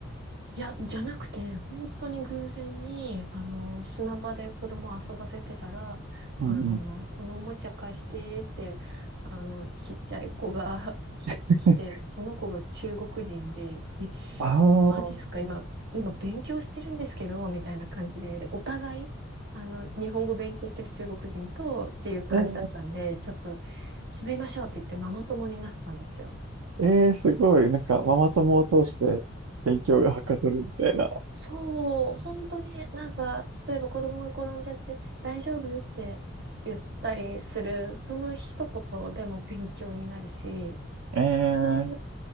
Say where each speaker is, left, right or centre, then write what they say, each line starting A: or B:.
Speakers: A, on the right (about 55°); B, on the right (about 75°).
A: いや、じゃなくて、本当に偶然に、あの、砂場で子供遊ばせてたら、
B: のうんうん。
A: あの、このおもちゃ貸してって、あの、ちっちゃい子が <laughs> き来て、
B: <laughs>
A: その子が中国人で、え、
B: ああ、
A: マジっすか、今、今勉強してるんですけど、みたいな感じで、でお互い、あの、日本語勉強してる中国人とっていう感じだったんで、
B: ええ
A: ちょっと、締めましょうって言ってママ友になったんですよ。
B: えー、すごい。なんか、ママ友を通して勉強がはかどるみたいな。
A: そう、本当になんか、例えば子供が転んじゃって、大丈夫って言ったりする、その一言でも勉強になるし、
B: え
A: そういう、
B: ー、